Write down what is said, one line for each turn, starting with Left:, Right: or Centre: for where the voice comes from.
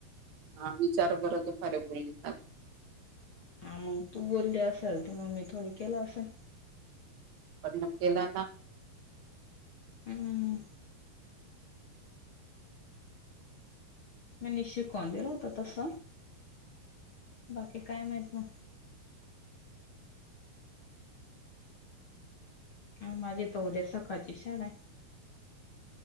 Right: हा विचार बर तो फारी बोललीचा नाही
Left: हा मग तू बोलली असेल ते मग मी थोडी केलं असेल
Right: पर केला ना
Left: हम्म मी निश शिकवून दिला होता तस बाकी काय माहित ना हा माझी तर उद्या सकाळची शाळा